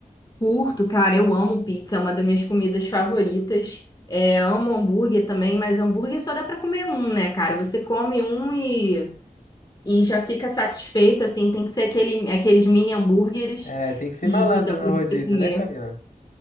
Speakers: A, on the left; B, on the left.
A: Curto, cara, eu amo pizza, é uma das minhas comidas favoritas. É, amo hambúrguer também, mas hambúrguer só dá pra comer um, né, cara? Você come um e E já fica satisfeito, assim, tem que ser aquele, aqueles mini hambúrgueres
B: É, tem que ser
A: que,
B: malandro
A: que dá pra
B: no rodízio,
A: você comer.
B: né, Camila?